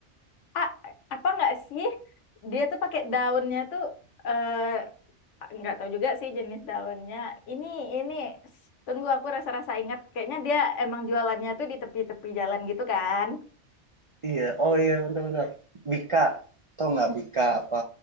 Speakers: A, on the left; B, on the right.
A: ah apa nggak sih dia tuh pakai daunnya tuh eh nggak tahu juga sih jenis daunnya ini ini tunggu aku rasa-rasa ingat kayaknya dia emang jualannya tuh di tepi-tepi jalan gitu kan
B: Iya, oh iya bener-bener. Bika, tau nggak Bika apa